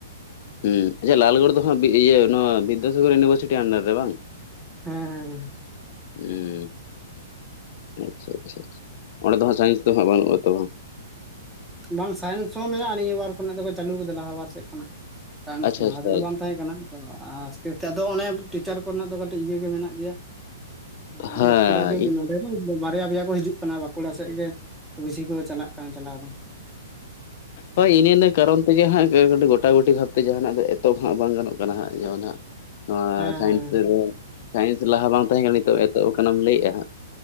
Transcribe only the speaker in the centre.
ᱦᱮᱸ ᱦᱮᱸ ᱦᱮᱸ
ᱵᱟᱝ ᱥᱟᱭᱮᱱᱥ ᱦᱚᱸ ᱢᱮᱱᱟᱜᱼᱟ ᱱᱤᱭᱟᱹ ᱵᱟᱨ ᱠᱷᱚᱱᱟᱜ ᱫᱚᱠᱚ ᱪᱟᱹᱞᱩ ᱠᱟᱫᱟ ᱞᱟᱦᱟ ᱵᱟᱨ ᱥᱮᱫ ᱠᱷᱚᱱᱟᱜ। ᱥᱟᱭᱮᱱᱥ
ᱞᱟᱦᱟ
ᱛᱮᱫᱚ ᱵᱟᱝ ᱛᱟᱦᱮᱸ ᱠᱟᱱᱟ ᱛᱚ ᱟᱥᱛᱮ ᱟᱥᱛᱮ ᱟᱫᱚ ᱚᱱᱮ ᱴᱤᱪᱟᱨ ᱠᱚᱨᱮᱱᱟᱜ ᱫᱚ ᱠᱟᱹᱴᱤᱡ ᱤᱭᱟᱹᱜᱮ ᱢᱮᱱᱟᱜ ᱜᱮᱭᱟ। ᱟᱫᱚ
ᱵᱟᱸᱠᱩᱲᱟ ᱜᱮ
ᱱᱚᱸᱰᱮ ᱫᱚ ᱵᱟᱨᱭᱟ ᱯᱮᱭᱟ ᱠᱚ ᱦᱤᱡᱩᱜᱼᱟ। ᱠᱟᱱᱟ ᱵᱟᱸᱠᱩᱲᱟ ᱥᱮᱫ ᱜᱮ ᱵᱤᱥᱤ ᱠᱚ ᱪᱟᱞᱟᱜ ᱠᱟᱱᱟ ᱪᱟᱞᱟᱣ ᱫᱚ।
ᱦᱮᱸ
ᱦᱮᱸ